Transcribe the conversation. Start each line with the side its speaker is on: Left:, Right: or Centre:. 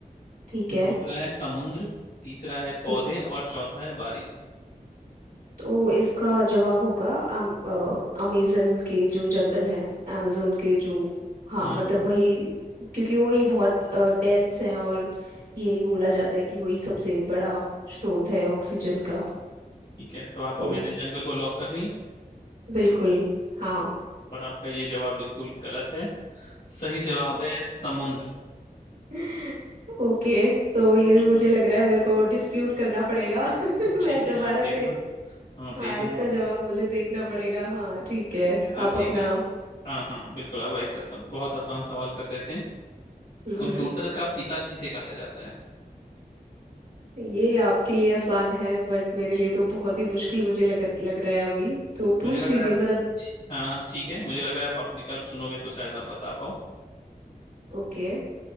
Right: ठीक है
Left: दूसरा है समुद्र तीसरा है
Right: ठीक
Left: पौधे और चौथा है बारिश
Right: तो इसका जवाब होगा अम, अमेजन के जो जंगल हैं अमेजोन के जो हाँ
Left: हम्म
Right: मतलब
Left: हम्म
Right: वही क्योंकि वही बहुत डेंस हैं और यही बोला जाता है कि वही सबसे बड़ा स्रोत है ऑक्सीजन का
Left: ठीक है तो आप
Right: तो
Left: अमेजन जंगल को लॉक कर रही हैं
Right: बिल्कुल हाँ
Left: पर आपका ये जवाब बिल्कुल गलत है सही जवाब है समुद्र
Right: <laughs> ओके तो
Left: <laughs>
Right: ये भी मुझे लग रहा है मेरे को डिस्प्यूट करना पड़ेगा <laughs>
Left: ठीक
Right: मैं दोबारा
Left: है आप देखना
Right: से
Left: हाँ देखना
Right: हाँ इसका
Left: आप
Right: जवाब मुझे देखना पड़ेगा हाँ ठीक है
Left: ठीक है
Right: आप
Left: अब एक
Right: अपना
Left: हाँ हाँ बिल्कुल अब एक सब बहुत आसान सवाल कर देते हैं
Right: हम्म
Left: कंप्यूटर
Right: हम्म।
Left: का पिता किसे कहा जाता है
Right: ये आपके लिए आसान है बट मेरे लिए तो बहुत ही मुश्किल मुझे लग लग रहा है अभी तो पूछ
Left: मुझे लग
Right: लीजिए
Left: रहा है
Right: मतलब
Left: हाँ हाँ, ठीक है मुझे लग रहा है आप, आप विकल्प सुनोगे तो शायद आप बता पाओ
Right: ओके